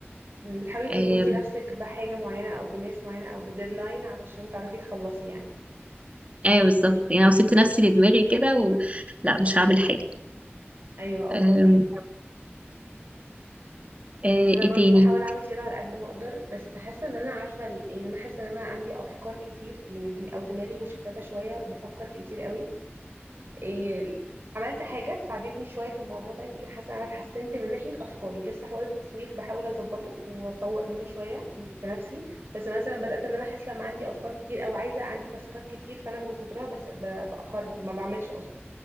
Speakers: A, on the right; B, on the right.
A: أمم. بتحاولي تربطي
B: آم،
A: نفسك بحاجة معينة او بناس معينة او بديدلاين علشان تعرفي تخلصي يعني
B: ايوه بالظبط يعني لو سبت نفسي لدماغي كده و... لا مش هعمل حاجه
A: ايوه اه
B: آم،
A: فهماكي
B: آه،
A: انا
B: ايه
A: برضو
B: تاني
A: بحاول اعمل كده على قد ما اقدر بس حاسه ان انا عارفه ال- يعني انا حاسه ان انا عندي افكار كتير يعني دم او دماغي مشتته شويه بفكر كتير قوي إيه عملت حاجه ساعدتني شويه في الموضوع ده يمكن حاسه ان انا اتحسنت من ناحيه افكاري لسه حوار التسويف بحاول اظبطه واطور منه شويه في نفسي بس مثلا بدات ان انا احس لما عندي افكار كتير او عايزه عندي تاسكات كتير فانا من كترها بس ب- باخرها ما بعملش اصلا